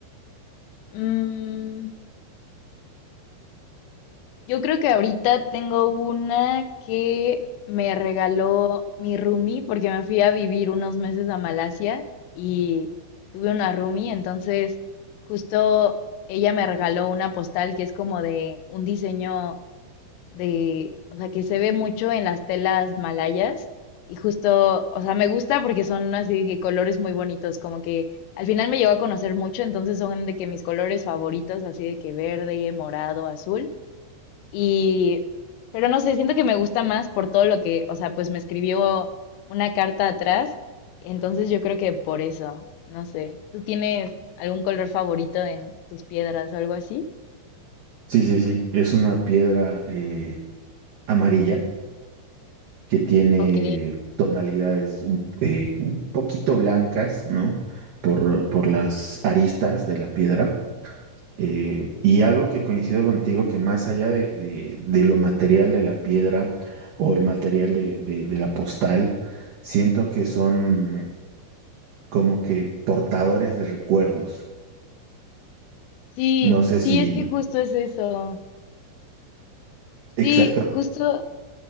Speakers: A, on the left; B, on the right.
A: Mm, yo creo que ahorita tengo una que me regaló mi roomie porque me fui a vivir unos meses a Malasia y tuve una roomie, entonces justo ella me regaló una postal que es como de un diseño de, o sea, que se ve mucho en las telas malayas y justo, o sea, me gusta porque son así de que colores muy bonitos, como que al final me llegó a conocer mucho, entonces son de que mis colores favoritos, así de que verde, morado, azul y, pero no sé, siento que me gusta más por todo lo que, o sea, pues me escribió una carta atrás, entonces yo creo que por eso, no sé, ¿tú tienes algún color favorito en tus piedras o algo así?
B: Sí, sí, sí, es una piedra eh, amarilla que tiene
A: Ok,
B: tonalidades un, eh, un poquito blancas, ¿no? Por, por las aristas de la piedra. Eh, y algo que coincido contigo, que más allá de, de- de lo material de la piedra o el material de, de de la postal, Siento que son como que portadores de recuerdos.
A: sí,
B: No sé
A: sí,
B: si
A: es que justo es eso.
B: exactamente.
A: Sí, justo,